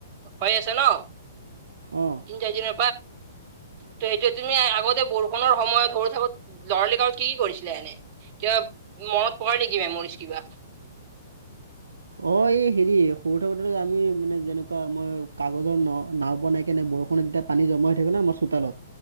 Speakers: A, on the right; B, on the right.
A: হৈ আছে ন
B: অ
A: তিন চাৰি দি।
B: <unintelligible>
A: ত সেইটো তুমি আগতে বৰষুণৰ সময়ত হৈ থাকো ল'ৰালি কাল কি কি কৰিছিলা এনেই। কিবা মনত পৰে নেকি মেমৰী কিবা।
B: অ এই হেৰি সৰু থাকোঁতে আমি মানে যেনেকুৱা মই কাগজৰ নাও বনাই কিনে। বৰষুণততিয়া পানী জমা হৈ থাকে ন আমাৰ চোতালত,